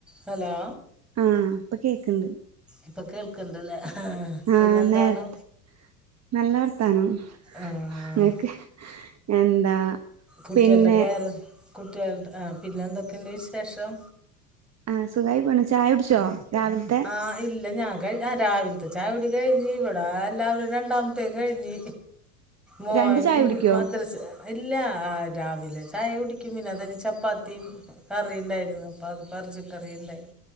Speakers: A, in the centre; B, on the right.
A: ഹലോ
B: ആഹ് ഇപ്പൊ കേക്കണ്ട്
A: ഇപ്പൊ കേൾക്കണ്ടല്ലേ പിന്നെന്താണ്
B: ആഹ് നേരത്തെ നല്ല വർത്താനം
A: ആഹ്
B: ഇങ്ങക്ക് എന്താ
A: കുട്ടിയൾടെ
B: പിന്നെ
A: പേര് കുട്ടികൾടെ ആ പിന്നെന്തൊക്കെയുണ്ട് വിശേഷം?
B: ആ സുഖായി പോണ് ചായൊടിച്ചോ രാവിൽത്തെ?
A: ആ ഇല്ല ഞാൻ കഴി ആ രാവിലത്തെ ചായുടി കഴിഞ്ഞ് ഇവിടെയെല്ലാവരും രണ്ടാമത്തേം കഴിഞ്ഞ് മോൻ
B: രണ്ട് ചായ കുടിക്കോ
A: മദ്രസ്സ്‌ ഇല്ല രാവിലെ ചായ കുടിക്കും പിന്നെ അതയിഞ് ചപ്പാത്തിം കറിണ്ടായിരുന്നു അപ്പൊ അത് എറച്ചി കറിയ്ണ്ടായി